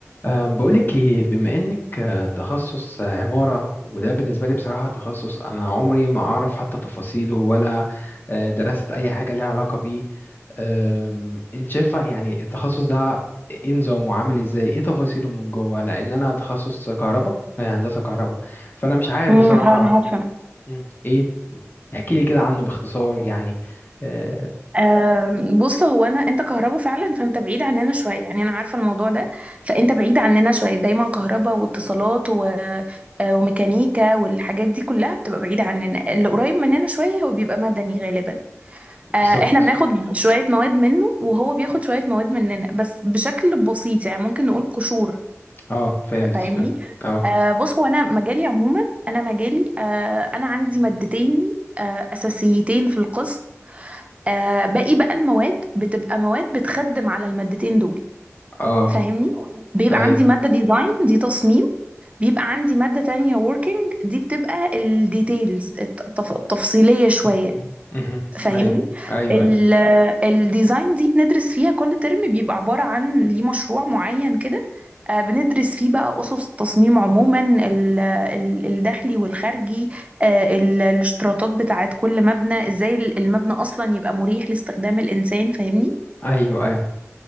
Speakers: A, on the left; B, on the right.
A: أه، بقولك ايه بما انك أه، تخصص أه، عمارة وده بالنسبة لي بصراحة تخصص انا عمري ما اعرف حتى تفاصيله ولا أه، درست اي حاجة ليها علاقة بيه أم، انت شايفة يعني التخصص ده ايه نظامه عامل ازاي ايه تفاصيله من جوه لان انا تخصص كهرباء أه، هندسة كهرباء فانا مش عارف
B: امم
A: بصراحة
B: اه انا عارفه
A: مم، ايه تحكي لي كده عنه باختصار يعني أه،
B: أم، بص هو انا انت كهربا فعلا فانت بعيد عننا شويه يعني انا عارفه الموضوع ده فانت بعيد عننا شويه دايما كهربا واتصالات و... آه، وميكانيكا والحاجات دي كلها بتبقى بعيده عننا اللي قريب مننا شويه هو بيبقى مدني غالبا آه، احنا
A: بالظبط
B: بناخد شويه مواد منه وهو بياخد شويه مواد مننا بس بشكل بسيط يعني ممكن نقول قشور
A: اه فهمت
B: فاهمني
A: فهمت اه
B: آه، بص هو انا مجالي عموما انا مجالي آه، انا عندي مادتين آه، اساسيتين في القسم آه باقي بقى المواد بتبقى مواد بتخدم على المادتين دول
A: اه
B: فاهمني بيبقى
A: ايوه
B: عندي مادة ديزاين دي تصميم بيبقى عندي مادة تانية working دي بتبقى الديتيلز التفصيلية شوية
A: مهم.
B: فاهمني
A: ايوه ايوه
B: ال-
A: ايوه.
B: الديزاين دي بندرس فيها كل ترم بيبقى عبارة عن ليه مشروع معين كده آه، بندرس فيه بقى أسس التصميم عموما ال- ال- الداخلي والخارجي آه، ال- الاشتراطات بتاعت كل مبنى ازاي ال- المبنى أصلا يبقى مريح لاستخدام الإنسان فاهمني
A: ايوه ايوه